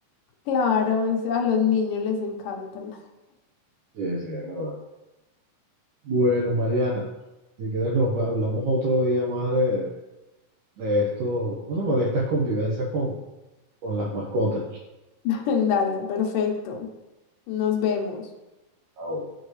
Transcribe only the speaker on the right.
Sí, sí, es verdad. Bueno, Mariana, si quieres nos hablamos otro día más de, de estos, ¿cómo se llama? De estas convivencias con, con las mascotas.
Chao.